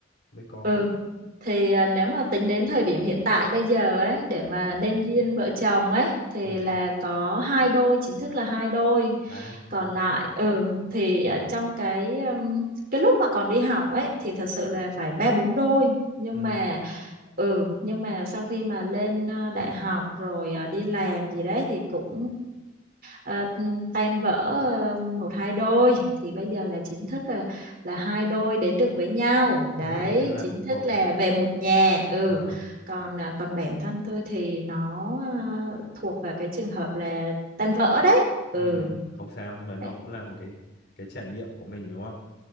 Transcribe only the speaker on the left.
mới có
được.
Ừ,
đấy. thế
là-
Ừ.
<laughs>
Thế là
cũng
có
cái
ờ,
ừ, không sao nhưng mà nó
cũng là một cái cái trải nghiệm của mình đúng không?